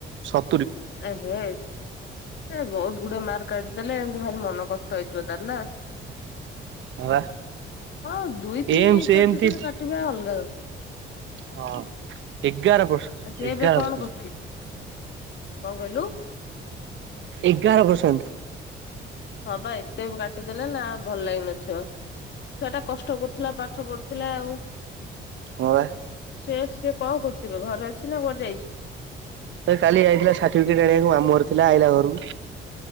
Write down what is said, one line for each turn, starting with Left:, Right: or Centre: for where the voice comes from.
Right: ସ
Left: ଏ ହେ ଏ ବହୁତ ଗୁଡଏ ମାର୍କ କାଟିଦେଲେ ଏମତି ଭାରି ମନ କଷ୍ଟ ହେଇଥିବ ତାର ନା
Right: ହଁ ବା
Left: ହଁ ଦୁଇ ତିନି
Right: ଏମ୍ ସେମ୍
Left: ପ୍ରତିଶତ
Right: ତି
Left: କାଟିବା ଅଲଗା କଥା <inaudible>
Right: ହଁ ଏଗାର ବର୍ଷ
Left: ସେ
Right: ଏଗାର
Left: ଏବେ କଣ
Right: ପ୍ରତିଶତ
Left: କରୁଛି କଣ କହିଲୁ
Right: ଏଗାର ପରସେଣ୍ଟ
Left: ହଁ ବା ଏତେ କାଟିଦେଲେ ନା ଭଲ ଲାଗିନଥିବ ଛୁଆ ଟା କଷ୍ଟ କରୁଥିଲା ପାଠ ପଢୁଥିଲା ଆଉ
Right: ହଁ ବା
Left: ସେ ସେ କଣ କରୁଛି ବେ ଘରେ ଅଛି ନା କୁଆଡେ ଯାଇଛି।
Right: ସେ କାଲି ଯାଇଥିଲା ସାର୍ଟିଫିକେଟ ଆଣିବାକୁ ମାମୁ ଘରେ ଥିଲା ଆଇାଲା ଘରକୁ